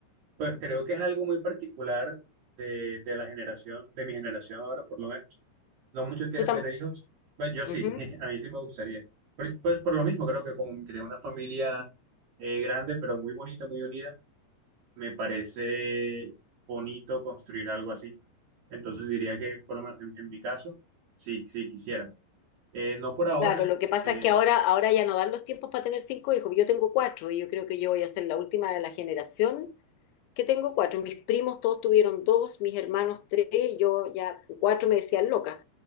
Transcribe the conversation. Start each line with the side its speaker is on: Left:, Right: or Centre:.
Right: Pues creo que es algo muy particular de, de la generación, de mi generación ahora, por lo menos. No muchos quieren
Left: Tú tam-
Right: tener hijos. Bueno, yo sí,
Left: Ujú.
Right: <laughs> a mí sí me gustaría. pero Pues por lo mismo, creo que como creé una familia eh, grande, pero muy bonita, muy unida, me parece bonito construir algo así. Entonces diría que, por lo menos en, en mi caso, sí, sí quisiera. Eh, no por ahora.
Left: Claro, lo que pasa
Right: eh,
Left: es que ahora, ahora ya no dan los tiempos para tener cinco hijos. Yo tengo cuatro y yo creo que yo voy a ser la última de la generación que tengo cuatro. Mis primos todos tuvieron dos, mis hermanos tres, yo ya con cuatro me decían loca.